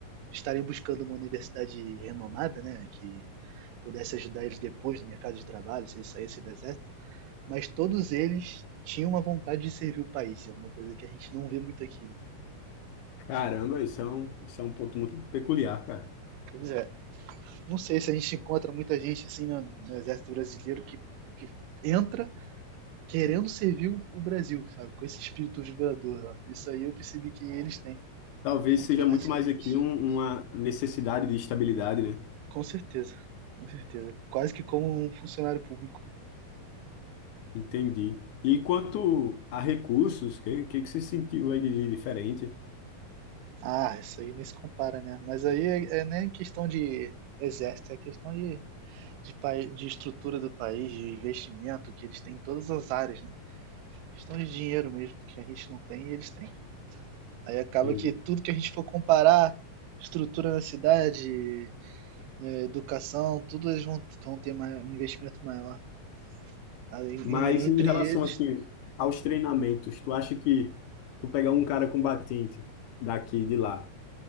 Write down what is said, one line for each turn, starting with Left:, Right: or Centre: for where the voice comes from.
Right: estarem buscando uma universidade renomada, né, que pudesse ajudar eles depois no mercado de trabalho, se eles saíssem do exército, mas todos eles tinham uma vontade de servir o país, é uma coisa que a gente não vê muito aqui, né?
Left: Caramba, isso é um, isso é um ponto muito peculiar, cara.
Right: Pois é, não sei se a gente encontra muita gente assim no, no exército brasileiro que, que entra querendo servir o Brasil, sabe? Com esse espírito vibrador. ó. Isso aí eu percebi que eles têm.
Left: Talvez
Right: Muito
Left: seja
Right: mais
Left: muito
Right: que
Left: mais
Right: a gente.
Left: aqui um- uma necessidade de estabilidade, né?
Right: Com certeza. Com certeza. Quase que como um funcionário público.
Left: Entendi. E quanto a recursos, o que, que, que você sentiu aí de diferente?
Right: Ah, isso aí nem se compara, né? Mas aí é, é nem questão de exército, é questão de, de, pai- de estrutura do país, de investimento que eles têm em todas as áreas, né? Questão de dinheiro mesmo, que a gente não tem e eles têm. Aí acaba
Left: Entendi.
Right: que tudo que a gente for comparar, estrutura na cidade, é, educação, tudo eles vão, vão ter mai- um investimento maior. Aí,
Left: Mas
Right: e entre
Left: em relação,
Right: eles,
Left: assim, aos treinamentos, tu acha que se tu pegar um cara combatente daqui e de lá,